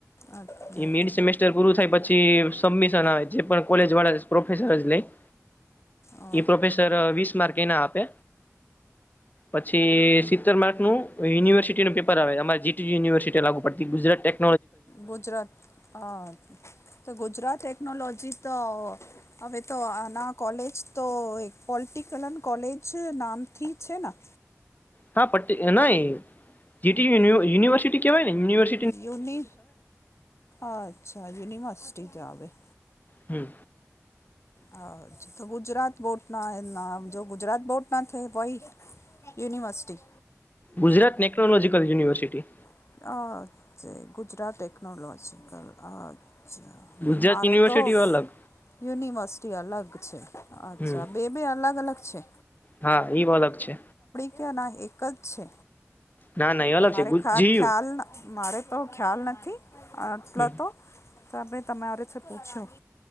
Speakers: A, on the left (about 60°); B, on the left (about 35°).
A: અચ્છા
B: ઈ મીડ સેમેસ્ ટર પૂરું થાય પછી સબમિશન આવે. જે પણ કોલેજ વાળા પ્રોફેસર જ લેય.
A: અ,
B: એ પ્રોફેસર વીસ માર્ક એના આપે. પછી સિત તેર માર્કનું યુનિવર્સિટીનું પેપર આવે. અમારા જી ટી યું યુનિવર્સિટી લાગુ પડતી. ગુજરાત ટેક
A: ગુજરાત, હા. તો ગુજરાત ટેક્નોલોજી તો હવે તો આના કોલેજ તો એક પોલિટિકલ કોલેજ નામથી છે ના?
B: હા પટી એ નહીં. જી ટી યું યુન યુનિવર્સિટી કહેવાય ને, યુનિવર્સ
A: યુનિ. અચ્છા. યુર્નિવર્સિટી જ આવે.
B: હમ્મ.
A: હા જ. તો ગુજરાત બોટ નામ જો ગુજરાત બોટ ના થે પહી university.
B: Gujarat technological university.
A: <unintelligible> Gujarat technological અચ્છા.
B: ગુજરાત
A: મારે
B: યુનિવર્સિટી
A: તો
B: અલગ
A: યુનિવર્સિટી અલગ છે. અચ્છા.
B: હમ
A: બે-બે અલગ-અલગ છે.
B: હા, ઈવ અલગ છે.
A: ક્યાંના? એક જ છે.
B: ના, ના એ અલગ
A: મારે
B: છે <inaudible>
A: ખા
B: જી
A: ખ્યાલ, મારે તો ખ્યાલ નથી આટલો
B: હમ
A: તો. તમે તમારેથી પૂછ્યું,